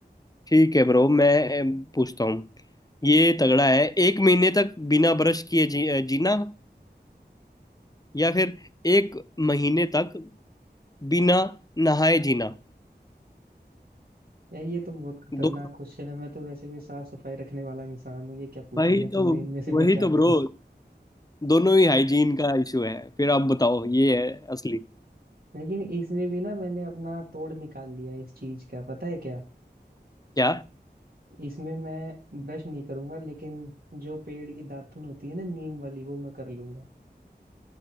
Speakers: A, on the left; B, on the right.
A: ठीक है ब्रो मैं अम, पूछता हूँ ये तगड़ा है एक महीने तक बिना ब्रश किए जी, अ, जीना या फिर एक महीने तक बिना नहाए जीना
B: यार ये तो बहुत खतरनाक
A: दो
B: क्वेश्चन है मैं तो वैसे भी साफ सफाई रखने वाला इंसान हूँ ये क्या पूछ
A: वही
B: लिया तुमने
A: तो
B: इनमें से
A: वही
B: मैं क्या
A: तो ब्रो
B: करूँ
A: दोनों ही हाइजीन का इशू है फिर आप बताओ
B: <laughs>
A: ये है असली
B: लेकिन इसमें भी ना मैंने अपना तोड़ निकाल लिया है इस चीज का पता है क्या
A: क्या
B: इसमें मैं ब्रश नहीं करूंगा लेकिन जो पेड़ की दातुन होती है ना नीम वाली वो मैं कर लूंगा